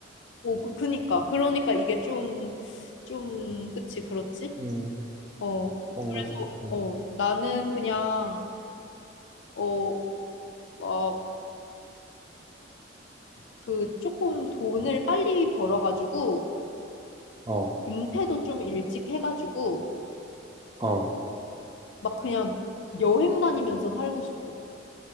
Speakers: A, on the left; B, on the right.
A: 오, 그, 그니까. 그러니까 이게 좀, 좀, 그치, 그렇지?
B: 음,
A: 어. 그래서,
B: 뭔가 조금,
A: 어, 나는 그냥, 어, 막, 그, 조금 돈을 빨리 벌어가지고,
B: 어,
A: 은퇴도 좀 일찍 해가지고,
B: 어,
A: 막 그냥 여행 다니면서 살고 싶어.